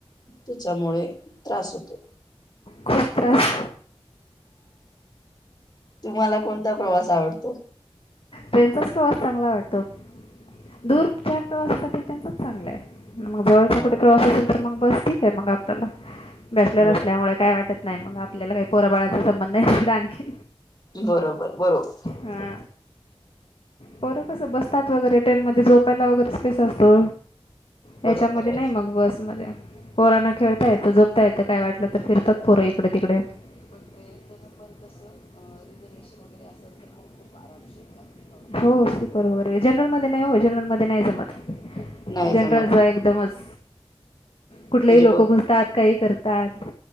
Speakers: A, on the left; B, on the left.
A: त्याच्यामुळे त्रास होतो
B: खूप त्रास.
A: तुम्हाला कोणता प्रवास आवडतो.
B: ट्रेनचाच प्रवास चांगला वाटतो दूरच्या प्रवासासाठी त्यांचच चांगला आहे. मग जवळचा
A: हो
B: कुठे प्रवास असेल तर मग बस ठीक आहे मग आपल्याला बॅचलर
A: बरोबर
B: असल्यामुळे. काय वाटत नाही मग आपल्याला काही पोरबळाचा संबंध नाही तिकडं आणखी.
A: बरोबर बरोबर.
B: हा, पोर कसं बसतात वगैरे ट्रेन मध्ये झोपायला वगैरे स्पेस असतो.
A: बरोबर
B: याच्यामध्ये
A: आहे.
B: नाही मग बसमध्ये पोराना खेळता येतं जोपता येतं काय वाटलं तर फिरतात पोरही. पण ट्रेन जर पण कसं अ रिझर्वेशन वगैरे असेल तर मग खूप आरामशी जात. हो असती बरोबर जनरल मध्ये नाही हो जनरल मध्ये नाही जमत.
A: नाही
B: जनरलचा
A: जमत
B: एकदमच कुठलेही
A: म्हणजे
B: लोक
A: ब
B: घु''--'' तात काही करतात.